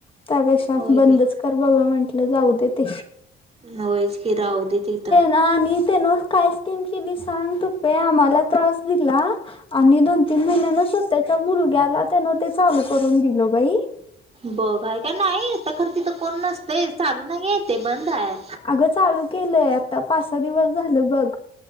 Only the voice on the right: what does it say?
होय
की
होयच कि राहुदे तिथं.
बघ हाय क नाही हित खरं तिथं कोण नसतेय चालू नाही येते बंद आहे.